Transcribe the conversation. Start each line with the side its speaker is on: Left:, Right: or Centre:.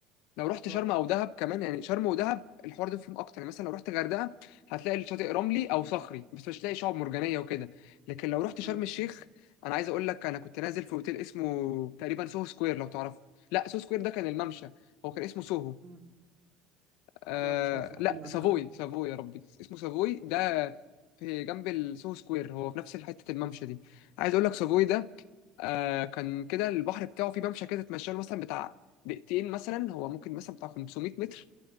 Left: لو رحت
Right: رحت
Left: شرم او دهب كمان يعني شرم ودهب الحوار ده فيهم اكتر يعني مثلا لو رحت غردقه هتلاقي الشاطئ رملي او صخري بس مش هتلاقي شعاب مرجانيه وكده لكن لو رحت شرم
Right: ايوه
Left: الشيخ انا عايز اقول لك انا كنت نازل في اوتيل اسمه تقريبا سوهو سكوير لو تعرفه لا سوهو سكوير ده كان الممشى هو كان اسمه سوهو
Right: مم.
Left: آه
Right: لا مش عارف احكي
Left: لا
Right: لي عنه
Left: سافوي
Right: كده
Left: سافوي يا ربي اسمه سافوي ده في جنب السو سكوير هو في نفس حتة الممشى دي عايز اقول لك سافوي ده آه كان كده البحر بتاعه في ممشى كده تتمشى له مثلا بتاع دقيقتين مثلا هو ممكن مثلا بتاع 500 متر